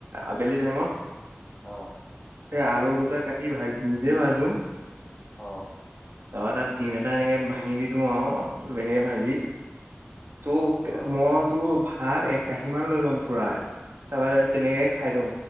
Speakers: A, on the right (about 70°); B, on the left (about 30°).
A: আবেলি টাইমত
B: অ',
A: এই আলু দুটা কাটি ভাজি নিজে ভাজো।
B: অ'
A: আমাৰ তাত ডিম এটা এনেকে ভাঙি দি দিওঁ আৰু এনে ভাজি। তোক
B: অ
A: মই তো ভাত একাহি মান লৈ লওঁ পুৰা তাৰপৰা তেনেকে খাই দিওঁ